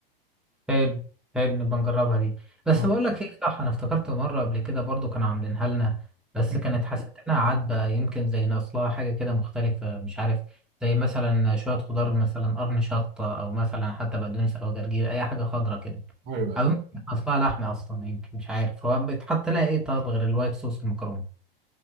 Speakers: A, in the centre; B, on the right (about 35°).
A: حلو حلو نبقى نجربها دي بس
B: اه
A: بقول لك ايه صح انا افتكرت مره قبل كده برضو كانوا عاملينها لنا بس
B: <laughs>
A: كانت حسيت انها عدبه يمكن زي ناقص لها حاجه كده مختلفه مش عارف زي مثلا شويه خضار مثلا قرن شطه او مثلا حتى بقدونس او جرجير اي حاجه خضرا كده
B: ايوه
A: او يمكن ناقص لها لحمه اصلا يمكن مش عارف هو بيتحط لها ايه طب غير الوايت صوص المكرونه